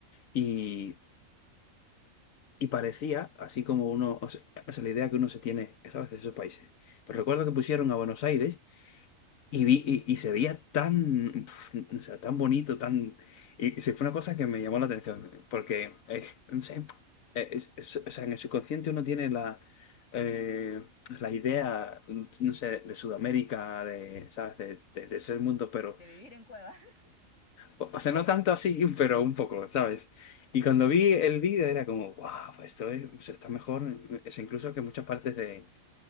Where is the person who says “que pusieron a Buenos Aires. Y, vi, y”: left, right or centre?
Left